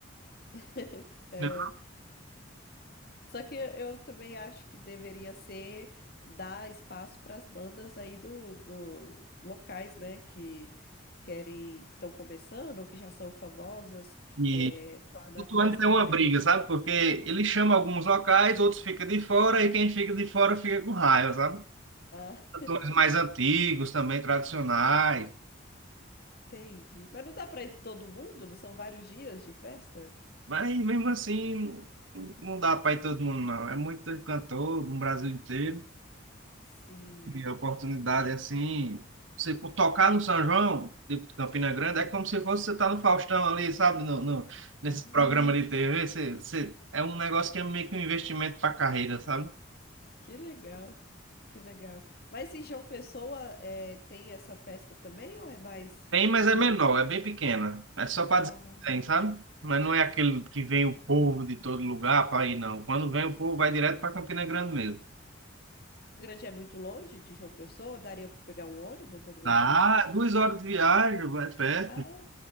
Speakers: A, on the left; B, on the right.
A: <laughs> É.
B: né?
A: Só que eu também acho que deveria ser dar espaço para as bandas aí do, do locais, né, que querem, que estão começando ou que já são famosas,
B: E
A: é, torna
B: todo
A: a festa
B: ano tem uma
A: mais.
B: briga,
A: <laughs>
B: sabe? Porque ele chama alguns locais, outros ficam de fora, e quem fica de fora fica com raiva, sabe?
A: Ah,
B: Cantores mais antigos também, tradicionais.
A: entendi. Mas não dá para todo mundo? Não são vários dias de festa?
B: Mas mesmo assim, não não dá para ir todo mundo, não. É muito cantor no Brasil inteiro.
A: Sim.
B: E a oportunidade, assim, você por tocar no São João, de Campina Grande, é como se fosse você estar no Faustão ali, sabe? No, no- nesse
A: Ah,
B: programa de TV, você, você- é um negócio que é meio que um investimento para a carreira, sabe?
A: que legal. Que legal. Mas em João Pessoa, é, tem essa festa também ou é mais
B: Tem, mas é
A: no...
B: menor, é bem pequena. É só para
A: ah,
B: dizer que tem, sabe? Mas não é aquele que vem o povo de todo lugar para ir, não. Quando vem o povo, vai direto para Campina Grande mesmo.
A: Grande é muito longe de João Pessoa? Daria para pegar um ônibus, alguma
B: Ah,
A: coisa?
B: duas horas de viagem, vai perto.
A: Ah,